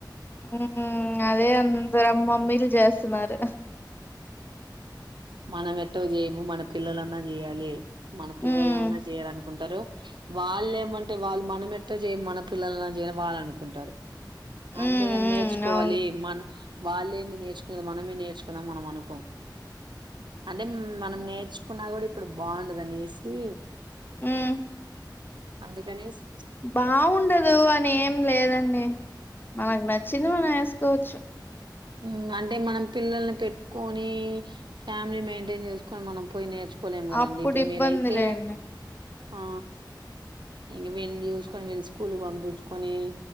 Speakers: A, on the left (about 25°); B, on the right (about 75°).
A: ఉ అదే అందరు అమ్మమ్మీలు చేస్తున్నారు
B: మనం ఎటో చేయము మన పిల్లలన్నా చేయాలి మన పిల్లలన్నా
A: ఉమ్
B: చేయాలను కుంటరు వాళ్ళు ఏమంటే వాళ్ళు మనం ఎట్ చేయం మన పిల్లల చేయ వాళ్ళ అనుకుంటారు అంతేగాని
A: ఉమ్ ఉమ్
B: నేర్చుకోవాలి
A: అవును
B: మన వాళ్ళేమి నేర్చుకునేది మనమే నేర్చుకున్నాం మనం అను కొం అంటే మనం నేర్చు కున్నా కూడా ఇప్పుడు బాగుండదనేసి
A: ఉమ్
B: అందుకనేస్
A: బాగుండదు అని ఏం లేదండి మనకు న చింది మనం వేసుకోవచ్చు
B: ఉమ్ అంటే మనం పిల్లల్ని పెట్టుకో నీ ఫ్యామిలీ మెయింటైన్ చేసుకోని మనం పోయి నేర్చ్ కోలేం కదండి
A: అప్పుడు
B: ఇప్పుడు
A: ఇబ్బందిలేండి.
B: మీరైతే ఆ ఇంక వీళ్ళని చూసుకొని వెళ్ళి స్కూల్కి పంపించుకోని.